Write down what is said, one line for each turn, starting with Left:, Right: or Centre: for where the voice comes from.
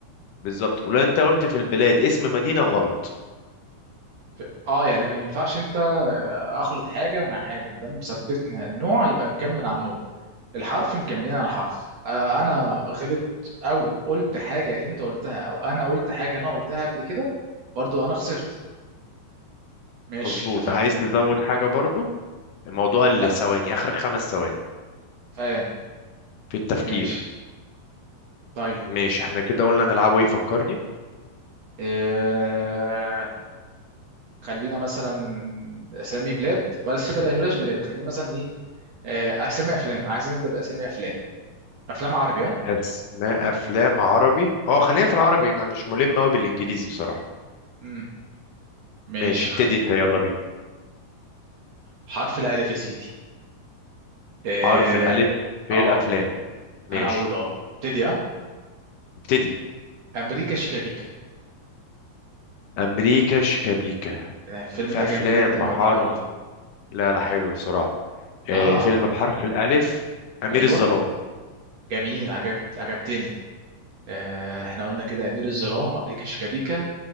Left: بالظبط ولو انت قلت في البلاد اسم مدينه غلط
Right: ف- اه يعني ما ينفعش انت آه، اخلط حاجه مع حاجه ما دام ثبتنا النوع يبقى مكمل على النوع الحرف مكملين على الحرف آه، انا غلط او قلت حاجه انت قلتها او انا قلت حاجه انا قلتها قبل كده برضو انا خسرت ماشي
Left: مظبوط
Right: اتفقنا
Left: عايز تزود حاجه برضو الموضوع الثواني
Right: لا
Left: اخر خمس ثواني
Right: فاهم
Left: في التفكير
Right: ماشي طيب
Left: ماشي احنا كده قلنا نلعبه ايه فكرني
Right: آه... خلينا مثلا اسامي بلاد بس بلاش بلاش بلاد خلينا مثلا ايه آه... اسامي افلام عايز نبدا باسامي افلام افلام عربي ها
Left: اسماء افلام عربي اه خلينا في العربي انا مش ملم قوي بالانجليزي بصراحه
Right: امم ماشي
Left: ماشي ابتدي
Right: خلينا
Left: انت يلا بينا
Right: حرف الالف يا سيدي اه
Left: حرف الالف في
Right: اه
Left: الافلام ماشي
Right: انا هقول اه ابتدي اه
Left: ابتدي
Right: امريكا شيكابيكا
Left: امريكا شيكابيكا
Right: آه، الفيلم
Left: في
Right: ده
Left: افلام
Right: جامد جدا
Left: بحرف
Right: وقديم قوي
Left: لا لا حلو بصراحه آه
Right: اه
Left: فيلم بحرف الالف امير
Right: ايوه
Left: الظلام
Right: جميل عجبت عجبتني آه... احنا قلنا كده امير الظلام امريكا شيكابيكا